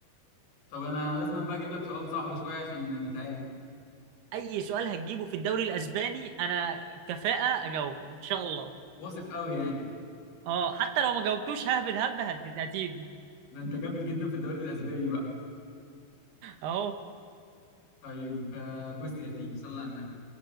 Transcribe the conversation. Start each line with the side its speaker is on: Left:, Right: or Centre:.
Left: طب انا لازم بقى اجيب لك سؤال صعب شويه عشان نتعادل
Right: اي سؤال هتجيبه في الدوري الاسباني انا كفاءة اجاوبه ان شاء الله
Left: واثق قوي يعني
Right: اه حتى لو ما جاوبتوش ههبد هبدة هت- هتيجي
Left: ده انت جامد جدا في الدوري الاسباني بقى
Right: اهو
Left: طيب آه، بص يا سيدي صلى على النبي